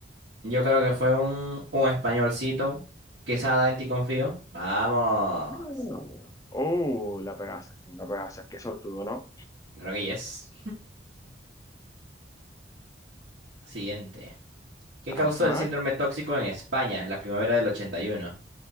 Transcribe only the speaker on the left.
No. Oh, la pegaste, sí, la pegaste. Qué sortudo, ¿no?
Ajá.